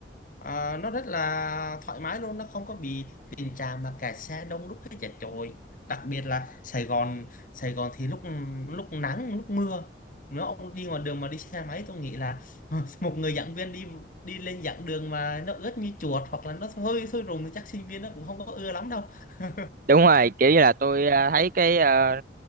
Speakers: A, on the left; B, on the right.
A: Ờ, nó rất là thoải mái luôn nó không có bị tình trạng mà kẹt xe đông đúc hay chật chội đặc biệt là Sài Gòn Sài Gòn thì lúc lúc nắng lúc mưa nếu ông đi ngoài đường mà đi xe máy tôi nghĩ là <laughs> một người giảng viên đi đi lên giảng đường mà nó ướt như chuột hoặc là nó hơi sôi rùng thì chắc sinh viên nó cũng không có ưa lắm đâu <laughs>
B: đúng rồi kiểu như là tôi ờ, thấy cái ờ,